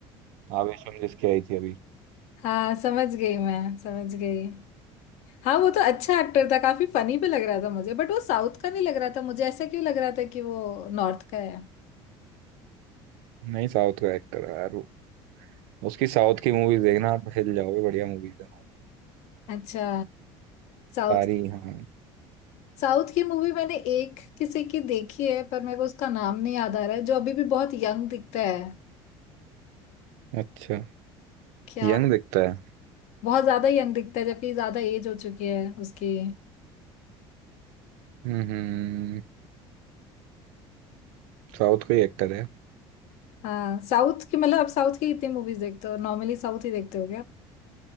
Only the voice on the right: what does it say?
आवेशम जिसकी आई थी अभी
नहीं साउथ का एक्टर है यार वो उसकी साउथ की मूवीज देखना आप हिल जाओगे बढ़िया मूवीज है
सारी हाँ
अच्छा
यंग दिखता है
हम्म हम्म। साउथ का ही एक्टर है